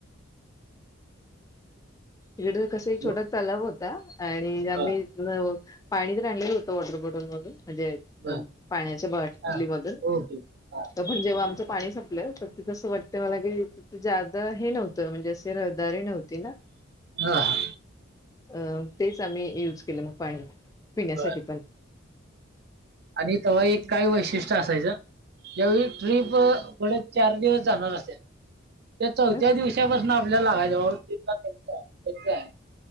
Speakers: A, on the right; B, on the left.
A: <unintelligible>
B: तिकड कसा एक
A: हॅलो
B: छोटा तलाव होता आणि
A: हं.
B: आम्ही पाणीतर आणल होत वॉटर बॉटलधून म्हणजे
A: बर
B: अ पाण्याच्या बाटली
A: हा
B: मधुन
A: ओके हा
B: पण जेव्हा आमचं पाणी संपलं तर तिथसं वाटतं मला की ज्यादा हे नव्हतं म्हणजे असे रहदारी नव्हती ना
A: हा हा
B: अं तेच आम्ही यूज केले मग पाणी पिण्यासाठी
A: बर
B: पण
A: आणि तेव्हा एक काय वैशिष्ट्य असायचं जवेळी ट्रीप पुढ चार दिवस जाणार असते त्या चौथ्या
B: बस
A: दिवसापासून आपल्याला लागायच त्यां आहे त्यांच आहे